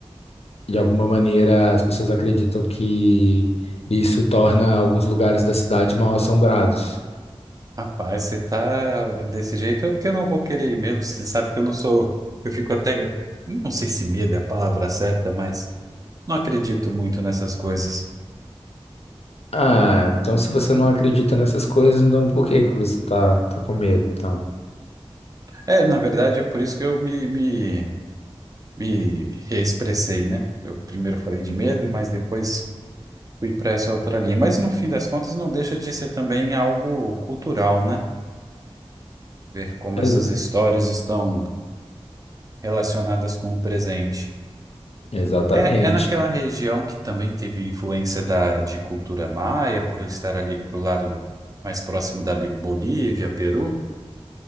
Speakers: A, on the left (about 75°); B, on the right (about 35°).
A: de alguma maneira, as pessoas acreditam que isso torna alguns lugares da cidade mal assombrados.
B: rapaz, você tá desse jeito é que eu não vou querer ir mesmo. Você sabe que eu não sou. Eu fico até. Não sei se medo é a palavra certa, mas não acredito muito nessas coisas.
A: Ah, então se você não acredita nessas coisas, então por que que você tá, tá com medo, então?
B: É, na verdade, é por isso que eu me, me, me expressei, né? Eu primeiro falei de medo, mas depois. fui para essa outra linha. Mas no fim das contas, não deixa de ser também algo cultural, né? Ver como
A: Ex-
B: essas histórias estão relacionadas com o presente.
A: exatamente.
B: É, é naquela região que também teve influência da, de cultura maia, por estar ali pro lado mais próximo da Bi- Bolívia, Peru.